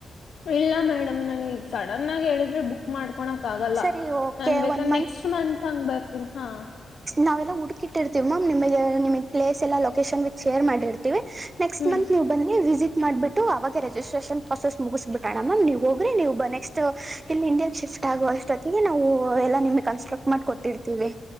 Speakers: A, on the left (about 65°); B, on the right (about 25°).
A: ಇಲ್ಲ ಮೇಡಮ್ ನಾನ್ ಈಗ ಸಡನ್ ಆಗಿ ಹೇಳಿದ್ರೆ ಬುಕ್ ಮಾಡ್ಕೊ ಕೋಳಕ್ ಆಗಲ್ಲ
B: ಸರಿ ಓಕೆ
A: ನನ್ ಬೇಕಾದ
B: ಒನ್
A: ನೆಕ್ಸ್ಟ್ ಮಂತ್ ಹಂಗ ಬರ್ತೀನಿ ಹಾ
B: ನಾವೆಲ್ಲ ಹುಡುಕಿಟ್ಟಿರ್ತೀವಿ ಮ್ಯಾಮ್ ನಿಮಗೆ ನಿಮಗ್ ಪ್ಲೇಸ್ ಎಲ್ಲ ಲೊಕೇಶನ್ ವಿಥ್ ಶೇರ್ ಮಾಡಿರ್ತೀವಿ ನೆಕ್ಸ್ಟ್
A: ಹ್ಮ್
B: ಮಂತ್ ನೀವ್ ಬನ್ನಿ ವಿಸಿಟ್ ಮಾಡ್ಬಿಟ್ಟು ಅವಾಗ ರಿಜಿಸ್ಟ್ರೇಷನ್ ಪ್ರೊಸೆಸ್ ಮುಗಿಸ್ಬಿಟ್ಟೋಣ ಮ್ಯಾಮ್ ನೀವು ಹೋಗ್ರಿ ನೀವ್ ನೆಕ್ಸ್ಟ್ ಇಲ್ಲಿ ಇಂಡಿಯಾ ಶಿಫ್ಟ್ ಆಗುವ <unintelligible> <unintelligible> ನಾವು ಎಲ್ಲಾ ನಿಮಗೆ ಕನ್ಸ್ಟ್ರಕ್ಟ್ ಮಾಡಕೊಟ್ಟಿರ್ತೀವಿ